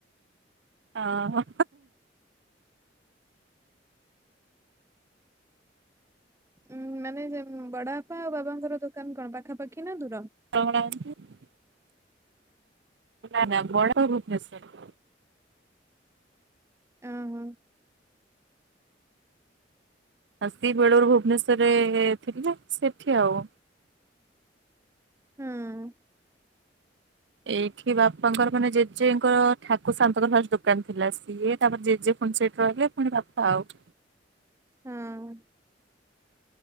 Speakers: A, on the right (about 75°); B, on the right (about 15°).
A: ଅ ହଁ।
B: ଉଁ ମାନେ ଯେ ବଡ ବାପା ଆଉ ବାବାଙ୍କର ଦୋକାନ କଣ ପାଖାପାଖି ନା ଦୂର?
A: <unintelligible> <unintelligible>
B: ହଁ ହଁ।
A: ଆ ସି ବେଳରୁ ଭୁବନେଶ୍ୱରରେ ଥିଲେ ସେଠି ଆଉ।
B: ହଁ।
A: ଏଇଠି ବାପାଙ୍କର ମାନେ ଜେଜେଙ୍କର ଠାକୁ ସାଆନ୍ତଙ୍କ ନାଁରେ ଦୋକାନ୍ ଥିଲା ସିଏ ତାପରେ ଜେଜେ। ପୁଣି ସେଠି ରହିଲେ ପୁଣି ବାପା ଆଉ।
B: ହଁ।